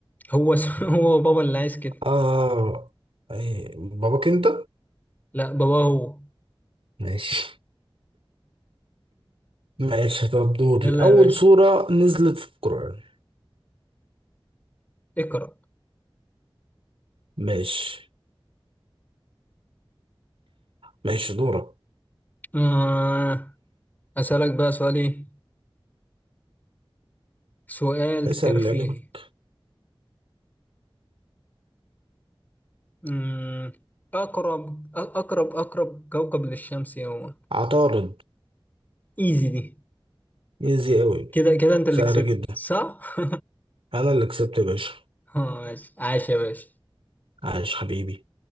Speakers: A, on the left; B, on the right.
A: هو س- <laughs> هو بابا اللي عايز كده
B: آه إيه. باباك أنت؟
A: لا بابا هو
B: ماشي ماشي طب دوري
A: يلا
B: أول
A: يا باشا
B: سورة نزلت في القرآن
A: اقرأ
B: ماشي ماشي دورك
A: آه أسألك بقى سؤال إيه؟ سؤال
B: اسأل
A: ترفيهي
B: اللي يعجبك
A: مم، أقرب أقرب أقرب كوكب للشمس إيه هو
B: عطارد
A: ايزي دي
B: إيزي أوي
A: كده كده انت اللي
B: سهل
A: كسبت
B: جدا
A: صح؟
B: أنا اللي كسبت يا باشا
A: <laughs> اه ماشي عاش يا باشا
B: عايش حبيبي